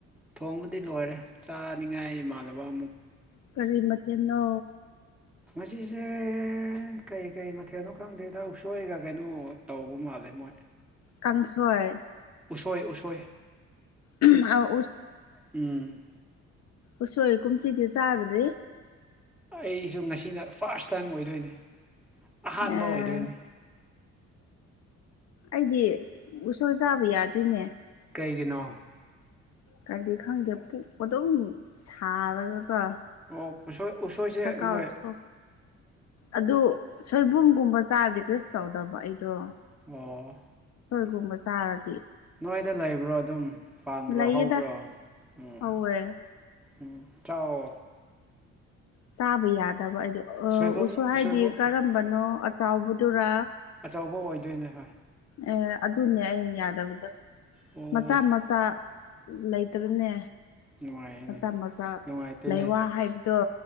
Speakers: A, in the centre; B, on the left (about 60°).
A: ꯊꯣꯡꯕꯗꯤ ꯂꯣꯏꯔꯦ ꯆꯥꯅꯤꯡꯉꯥꯏ ꯏꯃꯥꯟꯅꯕ ꯑꯃꯨꯛ
B: ꯀꯔꯤꯔꯤ ꯃꯊꯅꯣ
A: ꯃꯁꯤꯁꯦ ꯀꯩ ꯀꯩ ꯃꯊꯦꯜꯅꯣ ꯈꯪꯗꯦꯗ ꯎꯁꯣꯏꯒ ꯀꯩꯅꯣ ꯇꯧꯕ ꯃꯥꯜꯂꯦ ꯣꯏ
B: ꯀꯥꯡꯁꯣꯏ
A: ꯑꯣꯏ ꯎꯁꯣꯏ
B: ꯑ
A: ꯎꯝ
B: ꯎꯁꯣꯏ ꯀꯨꯝꯁꯤꯗꯤ ꯆꯥꯗ꯭ꯔꯦ
A: ꯑꯩꯁꯨ ꯉꯁꯤꯅ ꯐꯥꯔꯁ ꯇꯥꯏꯝ ꯑꯣꯏꯗꯣꯏꯅꯤ ꯑꯍꯥꯟꯕ
B: ꯑꯦ
A: ꯑꯣꯏꯗꯣꯏꯅꯤ
B: ꯑꯩꯗꯤ ꯎꯁꯣꯏ ꯆꯥꯕ ꯌꯥꯗꯣꯏꯅꯦ
A: ꯀꯩꯒꯤꯅꯣ
B: ꯀꯔꯤ ꯈꯪꯗꯦ ꯄꯨꯛ ꯑꯗꯨꯝ ꯁꯥꯔꯒꯀꯣ
A: ꯑꯣ ꯎꯁꯣꯏꯁꯦ
B: ꯆꯥꯛꯀꯥꯎꯁꯨ
A: ꯃꯣꯏ
B: ꯑꯗꯨ ꯁꯣꯏꯕꯨꯝꯒꯨꯝꯕ ꯆꯥꯔꯗꯤ ꯀꯩꯔꯤ ꯁꯨ ꯇꯧꯗꯕ ꯑꯩꯗꯨ
A: ꯑꯣ
B: ꯒꯨꯝꯕ ꯆꯥꯔꯗꯤ
A: ꯅꯣꯏꯗꯥ ꯂꯩꯕ꯭ꯔꯣ ꯑꯗꯨꯝ ꯄꯥꯟꯕ꯭ꯔꯣ
B: ꯂꯩꯌꯦꯗ
A: ꯍꯧꯕ꯭ꯔꯣ ꯑꯝ
B: ꯍꯧꯋꯦ
A: ꯑꯝ ꯆꯥꯑꯣ
B: ꯆꯥꯕ ꯌꯥꯗꯕ ꯑꯩꯗꯨ
A: ꯁꯣꯏꯕꯨꯝ
B: ꯎꯁꯨꯏ ꯍꯥꯏꯗꯤ
A: ꯁꯣꯏꯕꯨꯝ
B: ꯀꯔꯝꯕꯅꯣ ꯑꯆꯥꯎꯕꯥꯗꯨꯔ
A: ꯑꯆꯧꯕ ꯑꯣꯏꯗꯣꯏꯅꯦ ꯍꯣꯏ
B: ꯑꯦ ꯑꯗꯨꯅꯦ ꯑꯩ ꯌꯥꯗꯕꯗꯣ
A: ꯑꯣ
B: ꯃꯆꯥ ꯃꯆꯥ ꯂꯩꯇꯕꯅꯦ
A: ꯅꯨꯡꯉꯥꯏꯅꯦ
B: ꯃꯆꯥ ꯃꯆꯥ
A: ꯅꯨꯡꯉꯥꯏꯇꯦꯅꯦ
B: ꯂꯩꯋꯥ ꯍꯥꯏꯕꯗꯣ